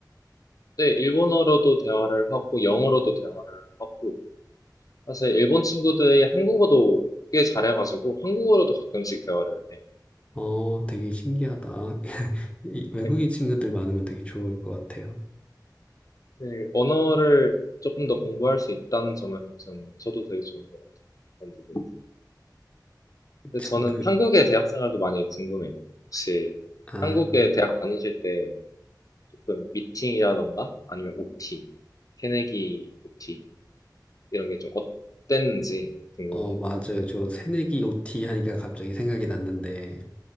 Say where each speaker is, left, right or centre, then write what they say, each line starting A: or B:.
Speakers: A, on the left; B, on the left.
A: 네, 일본어로도 대화를 하고, 영어로도 대화를 하고, 사실 일본 친구들이 한국어도 꽤 잘해가지고 한국어로도 가끔씩 대화를 해.
B: 어, 되게 신기하다. <laughs> 이 외국인
A: 네,
B: 친구들 많으면 되게 좋을 것 같아요.
A: 네, 언어를 조금 더 공부할 수 있다는 점에서 전 저도 되게 좋은 것 같아요. 그런 부분에서. 근데
B: 저도,
A: 저는 한국의 대학 생활도 많이 궁금해요. 혹시
B: 아,
A: 한국의 대학 다니실 때 조금 미팅이라던가 아니면 OT, 새내기 OT 이런 게 좀 어땠는지 궁금한
B: 어,
A: 것
B: 맞아요.
A: 같아요.
B: 저 새내기 OT 하니까 갑자기 생각이 났는데,